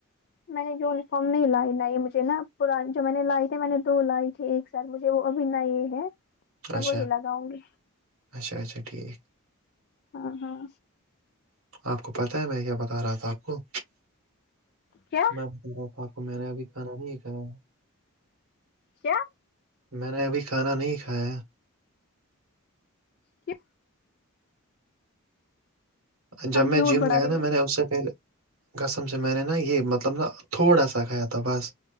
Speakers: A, on the left; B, on the right.
A: میں نے یونیفارم نہیں لائی بائی مجھے نا پرانی جو میں نے لائے تھے میں نے دو لائی تھی ایک ثر مجھے وہ ابھی نئی ہے میں
B: اچھا
A: وہی لگاؤں گی
B: اچھا اچھا ٹھیک
A: ہاں ہاں
B: آپ کو پتہ ہے میں کیا بتا رہا تھا آپ کو
A: کیا
B: میں بتا رہا تھا آپ کو میں نے ابھی کھانا نہیں کھایا
A: کیا
B: میں نے ابھی کھانا نہیں کھایا
A: کیو
B: جب
A: آپ جھوٹ
B: میں جم
A: بتا
B: گیا
A: رہی
B: نا
A: ہو
B: میں نے اس سے پہلے کسم سے میں نے نا یہ مطلب نا تھوڑا سا کھایا تھا بس